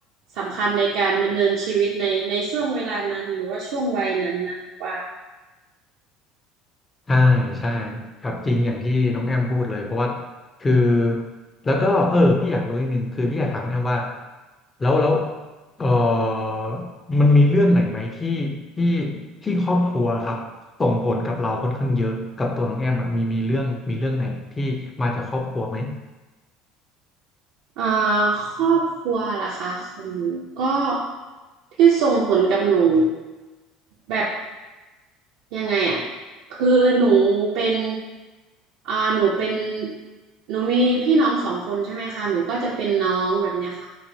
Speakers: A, on the right (about 75°); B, on the left (about 20°).
A: สำคัญในการดำเนินชีวิตในในช่วงเวลานั้นหรือว่าช่วงวัยนั้นนะว่า
B: ใช่ใช่ครับจริงอย่างที่น้องแอมพูดเลยเพราะว่าคือแล้วก็เออพี่อยากรู้อีิหนึงคือพี่อยากถามน้องแอมว่าแล้วแล้วเออมันมีเรื่องไหนไหมที่ที่ที่ครอบครัวครับส่งผลกับเราค่อนข้างเยอะกับตัวน้องแอมอะมีมีเรื่องมีเรื่องไหนที่มาจากครอบครัวไหม
A: อ่าครอบครัวล่ะคะของหนูก็ที่ส่งผลกับหนูแบบ ยังไงอ่ะคือหนูเป็นอ่าหนูเป็นหนูมีพี่น้องสองคนใช่ไหมคะ หนูก็จะเป็นน้องแบบเนี้ยค่ะ